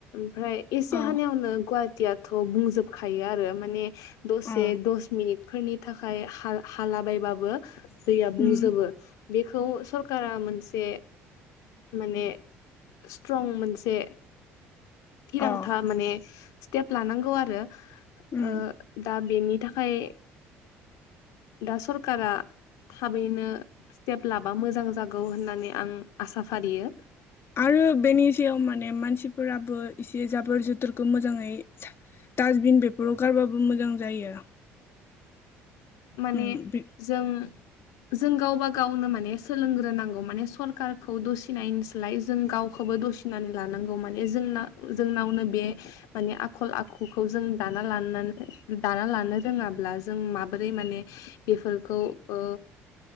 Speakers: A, on the left; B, on the left.
A: ओमफ्राय एसे
B: औ
A: हानायावनो गुवाहाटियाथ' बुंजोबखायो आरो माने दसे
B: अ
A: दस फोरनि थाखाय हाल हाला बायबाबो दैया बुंजोबो।
B: उम
A: बेखौ सरकारा मोनसे माने स्ट्रं मोनसे थिरांथा
B: अ
A: माने स्टेप लानांगौ आरो
B: उम
A: ओ दा बेनि खाय दा सरकारा थाबैनो स्टेप लाबा मोजां जागौ होननानै आं आसा फारियो।
B: आरो बेनि सायाव माने मानसि फोराबो इसे जाबोर जथोरखौ मोजाङै डास बिन बेफोराव गारबाबो मोजां जायो।
A: माने
B: ओं
A: जों जों गावबा गावनो माने सोलोंग्रोनांगौ माने सरखारारखौ दसि नायनिसोलाय जों गावखौबो दसिनानै लांगौ माने जोंनावनो बे आखल आखुखौ जों दाना ला नानै लानो रोङाब्ला जों माबोरै माने बेफोरखौ ओ